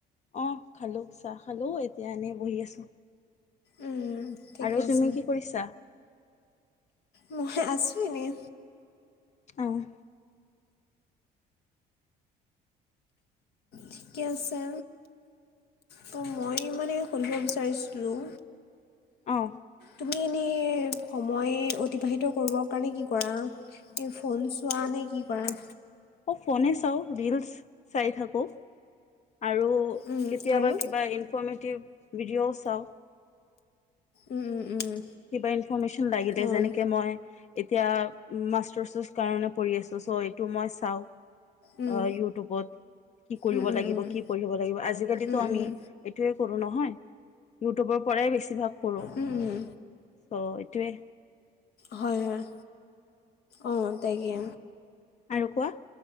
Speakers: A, on the left; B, on the left.
A: অ', খালোঁ চাহ খালোঁ এতিয়া এনেই বহি আছোঁ।
B: উম, ঠিকে
A: আৰু
B: আছে
A: তুমি কি কৰিছা?
B: মই আছোঁ এনেই।
A: অ'।
B: ঠিকে আছে। ত' মই মানে সুধিব বিচাৰিছিলোঁ
A: অ'।
B: তুমি এনেই সময় অতিবাহিত কৰিবৰ কাৰণে কি কৰা? এই ফোন চোৱা নে কি কৰা?
A: মই ফোনে চাওঁ ৰিলচ চাই থাকোঁ। আৰু
B: উম,
A: কেতিয়াবা
B: আৰু
A: কিবা ইনফৰৰ্মেটিভ ভিডিঅ'ও চাওঁ।
B: উম, উম।
A: কিবা ইনফৰৰ্মেশ্যন লাগিলে
B: উম, অঁ
A: যেনেকে মই এতিয়া মাষ্টৰচ কাৰণে পঢ়ি আছো চ' এইটো মই চাওঁ।
B: উম,
A: অ', ইউটিউবত কি কৰিব
B: উম, উম,
A: লাগিব
B: উম, উম,
A: কি পঢ়িব লাগিব আজিকালিতো
B: উম,
A: আমি
B: উম,
A: এইটোৱে কৰো নহয় ইউটিউবৰ পৰাই বেছিভাগ পঢ়োঁ
B: উম, উম।
A: চ' এইটোৱে।
B: হয়, হয়। অ', তাকে।
A: আৰু কোৱা।